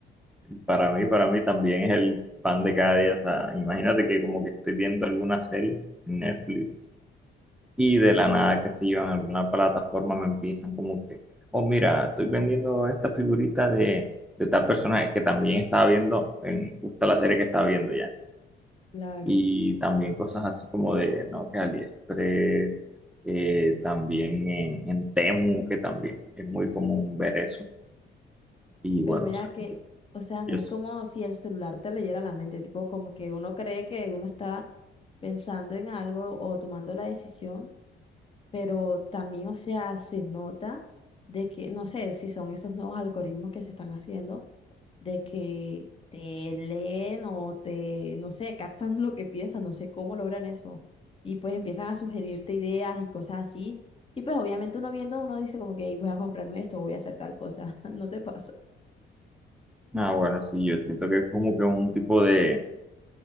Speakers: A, in the centre; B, on the left (about 30°).
A: para mí, para mí también es el pan de cada día. O sea, imagínate que como que estoy viendo alguna serie en Netflix Y de la nada, qué sé yo, en alguna plataforma me empiezan como que, oh, mira, estoy vendiendo esta figurita de, de tal personaje que también estaba viendo en justo la serie que estaba viendo ya.
B: Claro.
A: Y también cosas así como de, ¿no? Que AliExpress, eh, también en, en Temu, que también es muy común ver eso. Y
B: Pero
A: bueno,
B: mira
A: o sea,
B: que,
A: yo,
B: o sea, no
A: yo,
B: es
A: s-
B: como si el celular te leyera la mente, tipo como que uno cree que uno está pensando en algo o tomando la decisión, pero también, o sea, se nota de que, no sé si son esos nuevos algoritmos que se están haciendo, de que te leen o te, no sé, captan <laughs> lo que piensas, no sé cómo logran eso. Y pues empiezan a sugerirte ideas y cosas así. Y pues obviamente uno viendo, uno dice como que "Ey, voy a comprarme esto, voy a hacer tal cosa, <laughs> ¿no te pasa?
A: ah, bueno, sí, yo siento que es como que un tipo de,